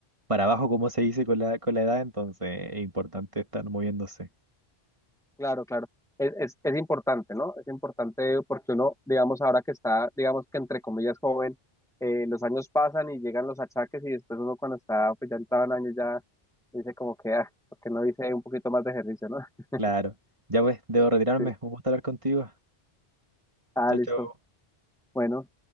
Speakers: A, on the right (about 30°); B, in the centre.
A: para abajo, como se dice con la, con la edad, entonces es importante estar moviéndose.
B: Claro, claro. Es, es, es importante, ¿no? Es importante porque uno, digamos, ahora que está, digamos que entre comillas joven, eh, los años pasan y llegan los achaques y después uno cuando está, pues ya entrado en años ya dice como que, ah, ¿por qué no hice un poquito más de ejercicio, ¿no? <laughs>
A: Claro. Ya pues, debo retirarme.
B: Sí.
A: Un gusto hablar contigo.
B: Ah,
A: Chao,
B: listo.
A: chao.
B: Bueno.